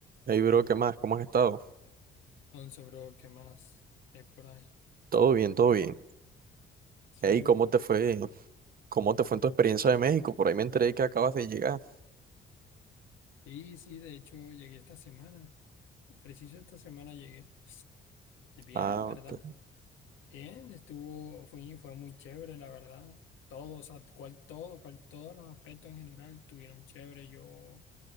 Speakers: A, on the right (about 45°); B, on the left (about 80°).
A: Hey, bro, ¿qué más? ¿Cómo has estado?
B: Entonces, bro, ¿qué más hay por ahí?
A: Todo bien, todo bien.
B: Sí,
A: Hey, ¿cómo
B: bro.
A: te fue? ¿Cómo te fue en tu experiencia de México? Por ahí me enteré que acabas de llegar.
B: Sí, sí, de hecho llegué esta semana. Preciso esta semana llegué. Y Bien,
A: Ah,
B: la verdad.
A: ok.
B: Bien, estuvo, fue, fue muy chévere, la verdad. Todo, o sea, cual, todo, cual, todos los aspectos en general estuvieron chévere. Yo